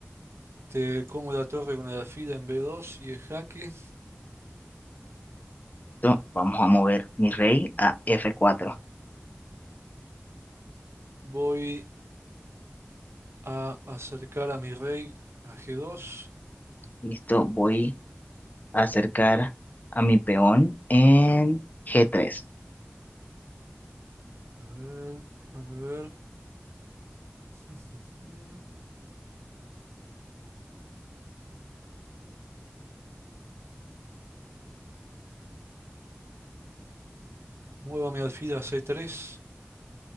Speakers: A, on the right; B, on the left.
A: te como la torre con la fila en b dos y el jaque.
B: ¿Listo? Vamos a mover mi rey a F4.
A: Voy a acercar a mi rey a g dos.
B: ¿Listo? Voy a acercar a mi peón en G3.
A: A ver, déjame ver. Ujú. Muevo a mi alfil a C3.